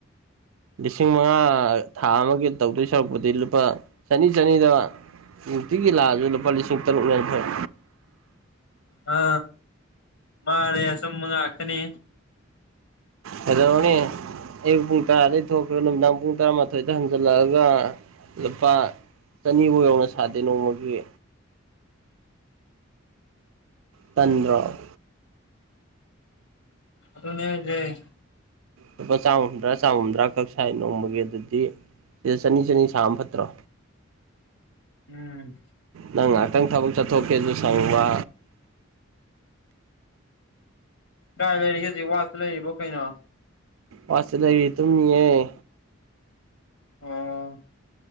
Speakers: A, on the right; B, on the left.
A: ꯂꯤꯁꯤꯡ ꯃꯉꯥ ꯊꯥ ꯑꯃꯒꯤ ꯇꯧꯗꯣꯏ ꯁꯔꯨꯛꯄꯗꯤ ꯂꯨꯄꯥ ꯆꯅꯤ ꯆꯅꯤꯗ ꯅꯨꯡꯇꯤꯒꯤ ꯂꯥ ꯑꯗꯨ ꯂꯨꯄꯥ ꯂꯤꯁꯤꯡ ꯇꯔꯨꯛ ꯌꯥꯅꯤꯈꯩ
B: ꯑ ꯃꯥꯦꯁꯃꯒ ꯍꯥꯥꯛꯇꯅꯤ
A: ꯍꯗꯣꯅꯤ ꯑꯌꯨꯛ ꯄꯨꯡ ꯇꯔꯥꯗꯒꯤꯩ ꯊꯣꯛꯈ꯭ꯔꯦ ꯅꯨꯃꯤꯗꯥꯡ ꯄꯨꯡ ꯇꯔꯥꯃꯥꯊꯣꯏꯗ ꯍꯟꯖꯜꯂꯛꯑꯒ ꯂꯨꯄꯥ ꯆꯅꯤꯐꯧ ꯌꯧꯅ ꯁꯥꯗꯦ ꯅꯣꯡꯃꯒꯤ ꯄꯟꯗ꯭ꯔ
B: ꯑꯗꯨ ꯑꯗꯨꯅꯦꯦ
A: ꯂꯨꯄꯥ ꯆꯥꯝ ꯍꯨꯝꯗ꯭ꯔꯥ ꯆꯥꯝꯃꯨꯝꯗ꯭ꯔꯥ ꯈꯛ ꯁꯥꯏ ꯅꯣꯡꯃꯒꯤ ꯑꯗꯨꯗꯤ ꯁꯤꯗ ꯆꯅꯤ ꯆꯅꯤ ꯁꯥꯕ ꯐꯠꯇ꯭ꯔꯣ
B: ꯎꯝ
A: ꯅꯪ ꯉꯥꯏꯍꯥꯛꯇꯪ ꯊꯕꯛ ꯆꯠꯊꯣꯛꯀꯦꯁꯨ ꯁꯪꯨꯕ
B: ꯀꯥꯏ ꯂꯩꯔꯤꯒꯦ ꯍꯧꯖꯤꯛ ꯋꯥꯠꯇ ꯂꯩꯔꯤꯕꯣ ꯀꯩꯅꯣ
A: ꯋꯥꯁꯤ ꯂꯩꯔꯤ ꯃꯇꯨꯡ ꯌꯦꯦ
B: ꯑꯥ